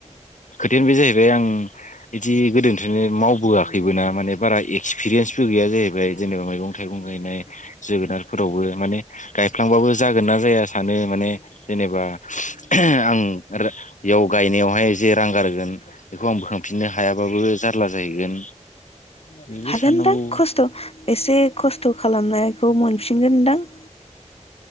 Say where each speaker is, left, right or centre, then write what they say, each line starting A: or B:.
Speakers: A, on the left; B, on the left.
A: खोथायानो बे जाहै जाहैबाय आं बिदि गोदोनिफ्रायनो मावबोआखैबो ना माने बारा एक एक्सपिरियेन्सबो गैया जाहैबाय जेनेबा मैगं थाइगं गायनाय जोगोनार फोरावबो माने गायफ्लांबाबो जागोनना जाया सानो माने जेनेबा आं रो इयाव गायनायावहाय जे रां गारगोन बेखौ आं बोखांफिननो हायाबाबो जारला जाहैगोन। बेबो
B: हागोनदां
A: साननांगौ
B: खस्थ' एसे खस्थ' खालामनायखौ मोनफिनगोनदां।